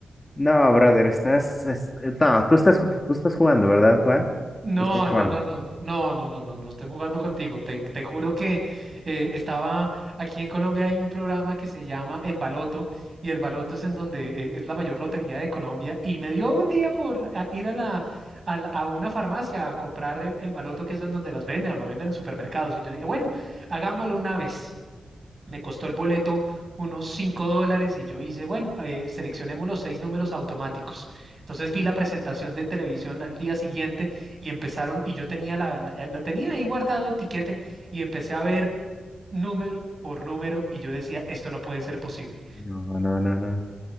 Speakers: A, on the left (about 20°); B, on the right (about 35°).
A: No, brother, estás, es- eh, no, tú estás, ju- tú estás jugando, ¿verdad, Juan?
B: No,
A: Tú estás jugando.
B: no, no, no, no, no, no, no, no estoy jugando contigo. Te, te juro que eh, estaba aquí en Colombia hay un programa que se llama El Baloto y El Baloto es en donde eh, es la mayor lotería de Colombia y me dio un día por ah, ir a la, a, la- a una farmacia a comprar el, el Baloto que es en donde los venden o lo venden en supermercados y yo dije, bueno, hagámoslo una vez. Me costó el boleto unos cinco dólares y yo hice, bueno, eh, seleccionemos los seis números automáticos. Entonces vi la presentación de televisión al día siguiente y empezaron, y yo tenía la, la- eh, lo tenía ahí guardado el tiquete y empecé a ver número por número y yo decía, esto no puede ser posible.
A: No, no, no, no.